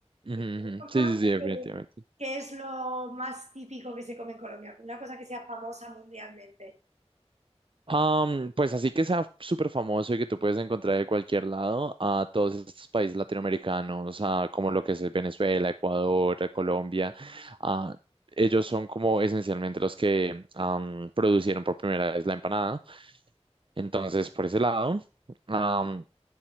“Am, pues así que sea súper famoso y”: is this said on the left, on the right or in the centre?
Right